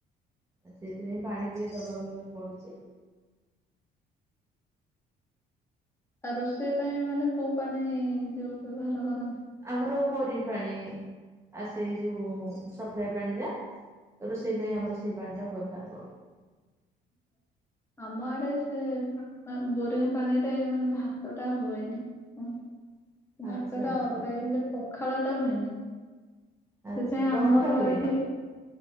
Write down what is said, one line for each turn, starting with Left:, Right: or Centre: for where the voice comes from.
Right: ଆଉ ସେଥିପାଇଁ ପାଣି ଟିକେ ଦବାକୁ ଏବେ ପଡୁଚି।
Left: ଆଉ ରୋଷେଇ ପାଇଁ ମାନେ କୋଉ ପାଣି ଯୋଉ ବ୍ୟବହାର କର
Right: ଆମର ବୋରିଂ ପାଣି ଆସେ ଯୋଉ ସପ୍ଲାଏ ପାଣି ଯା। ରୋଷେଇ ପାଇଁ ଆମର ସେଇ ପାଣିଟା ବ୍ୟବହାର କରୁ।
Left: ଆମ ଆଡେ ସେ ବୋରିଂ ପାଣି ତେ ମାନେ ଭାତ ଟା ହୁଏନି କ ଭାତ
Right: ଆଚ୍ଛା
Left: ଟା
Right: ଆଚ୍ଛା
Left: ଅଲଗା ହେଇଯା ପଖାଳ ଟା ହୁଏନି
Right: ଆଚ୍ଛା
Left: ସେଥିପାଇଁ
Right: ଗରମ
Left: ଆମର
Right: ଟା ହୁଏ।
Left: ଏଠି